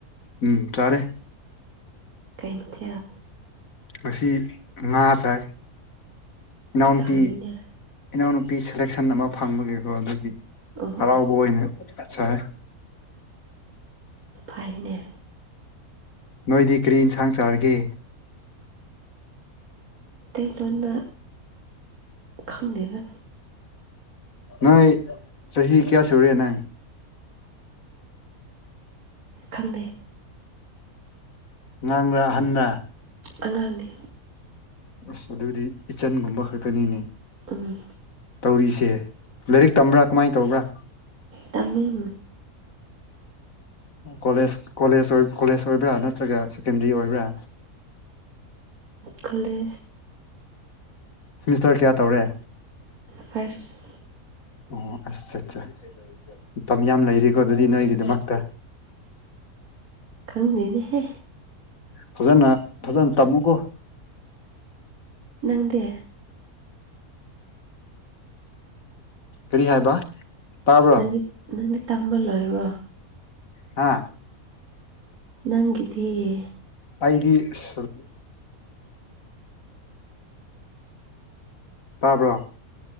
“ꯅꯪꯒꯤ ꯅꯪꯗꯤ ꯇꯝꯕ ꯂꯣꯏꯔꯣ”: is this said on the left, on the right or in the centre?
Right